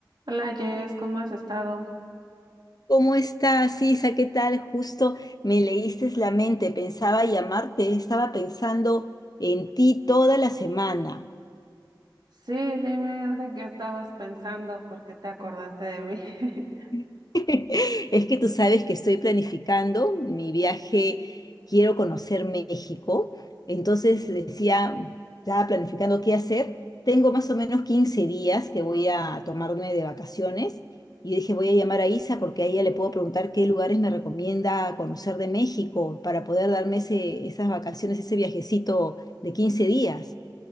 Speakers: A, on the right; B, on the left.
A: Hola Jess, ¿cómo has estado?
B: ¿Cómo estás, Isa? ¿Qué tal? Justo me leíste la mente, pensaba llamarte, estaba pensando en ti toda la semana.
A: Sí, dime de qué estabas pensando porque te acordaste de mí. <laughs>
B: <laughs> Es que tú sabes que estoy planificando mi viaje, quiero conocer México, entonces decía, estaba planificando qué hacer. Tengo más o menos 15 días que voy a tomarme de vacaciones y dije, voy a llamar a Isa porque a ella le puedo preguntar qué lugares me recomienda conocer de México para poder darme ese- esas vacaciones, ese viajecito de 15 días.